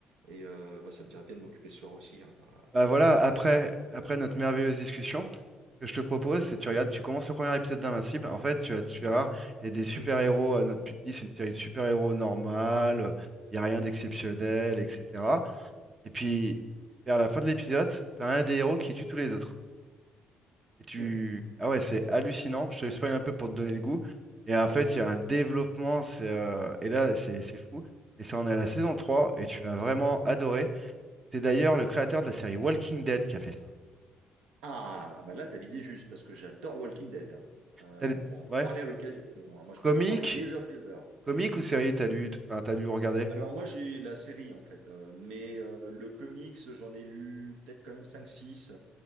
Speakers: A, on the right; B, on the right.
A: Et euh, moi, ça me dirait bien de m'occuper ce soir aussi. Hein, t'as...
B: bah
A: t'as
B: voilà,
A: vu juste
B: après,
A: là-dessus.
B: après notre merveilleuse discussion, ce que je te propose, c'est tu regardes, tu commences le premier épisode d'Invincible. En fait, tu vas, tu
A: Ouais.
B: vas voir, il y a des super-héros,
A: <clears throat>
B: euh, notre- tu te dis, c'est une série de super-héros normale, euh, il n'y a rien d'exceptionnel, etc. Et puis, vers la fin de l'épisode, tu as un des héros qui tue tous les autres. Et tu...
A: Ouh,
B: Ah
A: ok.
B: ouais, c'est hallucinant. Je te spoil un peu pour te donner le goût. Et en
A: Ouais.
B: fait, il y a un développement. c'est, euh, Et là, c'est c'est fou. Et ça en est à la saison trois Et tu vas vraiment adorer. C'est d'ailleurs le créateur de la série Walking Dead qui a fait ça.
A: Ah, bah là, t'as visé juste, parce que j'adore Walking Dead. hein. Euh,
B: T'as
A: on
B: lu-
A: pourra en parler
B: Ouais.
A: à l'occasion. hein. Moi,
B: Comique?
A: je peux t'en parler des heures et des heures.
B: Comique ou série, t'as lu... Enfin, t'as lu ou regardé?
A: Alors moi j'ai la série en fait, euh, mais euh, le comics j'en ai lu peut-être quand même cinq six,